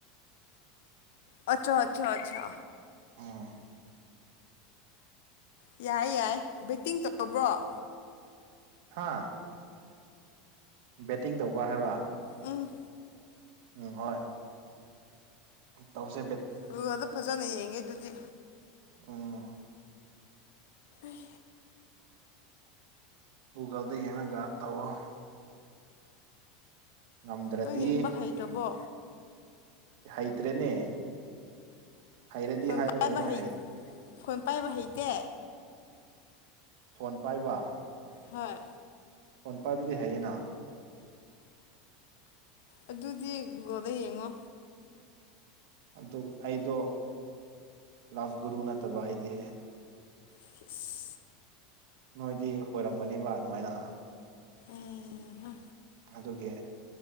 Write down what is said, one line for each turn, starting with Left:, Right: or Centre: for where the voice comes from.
Left: ꯑꯆꯥ ꯑꯆꯥ ꯑꯆꯥ
Right: ꯎꯝ
Left: ꯌꯥꯏ ꯌꯥꯏ ꯕꯨꯠꯇꯤꯡ ꯇꯧꯔꯕ꯭ꯔꯣ
Right: ꯍꯥꯥ ꯕꯦꯠꯇꯤꯡ ꯇꯧꯕ ꯍꯥꯏꯕ
Left: ꯎꯝ
Right: ꯎꯝ ꯍꯣꯏ ꯎꯝ ꯇꯎꯆꯦ
Left: ꯒꯨꯒꯜꯗ ꯐꯖꯅ ꯌꯦꯡꯒꯦ ꯑꯗꯨꯗꯤ
Right: ꯑꯣ
Left: ꯍꯩ
Right: ꯒꯨꯒꯜꯗ ꯌꯦꯡꯉꯒ ꯇꯧꯑꯣ ꯉꯝꯗ꯭ꯔꯥꯗꯤ
Left: ꯅꯪ ꯌꯦꯡꯕ ꯍꯩꯇ꯭ꯔꯕꯣ
Right: ꯍꯩꯇ꯭ꯔꯦꯅꯦ ꯍꯩꯔꯗꯤ
Left: ꯐꯣꯟ
Right: ꯍꯥꯏꯔꯔꯣꯏꯅꯦ
Left: ꯄꯥꯏꯕ
Right: ꯍꯩ
Left: ꯐꯣꯟ ꯄꯥꯏꯕ ꯍꯩꯇꯦ
Right: ꯐꯣꯟ ꯄꯥꯏꯕ
Left: ꯍꯣꯏ
Right: ꯐꯣꯟ ꯄꯥꯏꯕꯗꯤ ꯍꯩꯌꯦꯅ
Left: ꯑꯗꯨꯗꯤ ꯒꯣꯗ ꯌꯦꯡꯉꯣ
Right: ꯑꯗꯨ ꯑꯩꯗꯣ ꯂꯐ ꯒꯨꯔꯨ ꯅꯠꯇꯕ ꯑꯩꯗꯤ
Left: <unintelligible>
Right: ꯅꯣꯏꯗꯤ ꯑꯣꯏꯔꯝꯒꯅꯦꯕ ꯑꯗꯨꯃꯥꯏꯅ
Left: ꯎꯍꯥ
Right: ꯑꯗꯨꯒꯤ